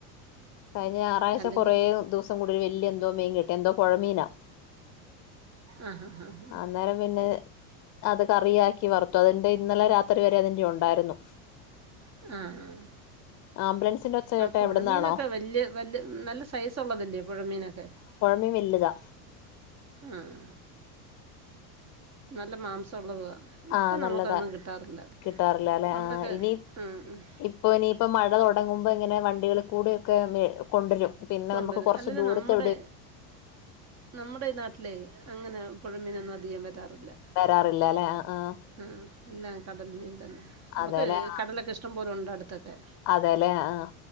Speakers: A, on the left (about 40°); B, on the right (about 35°).
A: കഴിഞ്ഞ ഞായറാഴ്ച
B: അല്ലെങ്കിൽ
A: കുറെ ദിവസം കൂടി ഒരു വല്യ എന്തോ മിൻ കിട്ടി എന്തോ പുഴമീനാ
B: ആഹ ഹാഹ് ആഹ്
A: അന്നേരം പിന്നെ അത് കറിയാക്കി വറത്തു അതിന്റെ ഇന്നലെ രാ ത്രി വരെ അതിന്റെ ഉണ്ടായിരുന്നു..
B: ആഹ് ആഹ്
A: ആംബുലൻസിന്റെ ഒച്ച
B: ആഹ്
A: കേട്ട
B: പുഴമീനൊക്കെ
A: എവിടെ നിന്നാണോ
B: വല്യ വല്യ നല്ല സൈസ് ഉള്ളതല്ലേ പൊഴമീനൊക്കെ
A: മീൻ വല്യതാ
B: ആഹ് നല്ല മാംസം ഉള്ളതാ ഇപ്പം
A: ആ
B: നമുക്കതൊന്നും
A: നല്ലതാ
B: കിട്ടാറില്ല
A: കിട്ടാറില്ല അല്ലെ
B: പണ്ടൊക്കെ
A: ആ ഇനി
B: ആഹ് ആഹ്
A: ഇപ്പൊ ഇനിയിപ്പോ മഴ തുടങ്ങുമ്പോ ഇങ്ങനെ വണ്ടികളിൽ കൂടെക്കെ കൊണ്ടരും പിന്നെ
B: കൊണ്ടുവരും
A: നമുക്ക് കൊറച്ച്
B: അല്ലാ
A: ദൂരത്ത്
B: നമ്മുടെ
A: എവിടെ
B: നമ്മുടെ നാട്ടിലെ അങ്ങനെ പുഴ മീനൊന്നും അധികം വരാറില്ല..
A: വരാറില്ല അല്ലെ ആഹ് ആഹ്..
B: ആഹ് എല്ലാം കടൽ മീൻ തന്നെ നമ്മുക്ക്
A: അതെല്ലേ
B: കടലൊക്കെ ഇഷ്ടം പോലെ ഉണ്ട് അടുത്തൊക്കെ..
A: അതെല്ലേ ആഹ്..